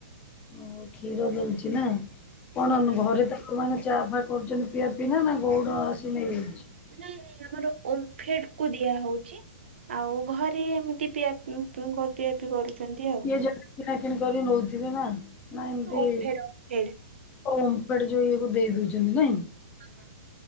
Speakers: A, on the left; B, on the right.
A: ଓ ହୋ କ୍ଷୀର ଦଉଛି ନା କଣ
B: ହୁଁ
A: <unintelligible> ଘରେ ଦ ସେମାନେ ଚାଫା କରୁଛନ୍ତି ପିଆ ପିଇ ନା ନା ଗଉଡ଼ ଆସି ନେଇଯାଉଛି?
B: ନାଇଁ ନାଇଁ ଆମର ଓମ୍ଫେଡ କୁ ଦିଆହଉଛି। ଆଉ ଘରେ ଏମିତି ପିଆ ଉଁ ପିଉଁ କର ପିଆ ପିଇ କରୁଛନ୍ତି ଆଉ।
A: <unintelligible> କିଣା କିିଣି କରି ନଉଥିବେ ନା ନା ଏମତି
B: ଓମ୍ଫେଡ ଓମ୍ଫେଡ।
A: ଓମଫେଡ ଯୋଉ ଇଏକୁ ଦେଇ ଦଉଛନ୍ତି ନାଇଁ।
B: ହୁଁ।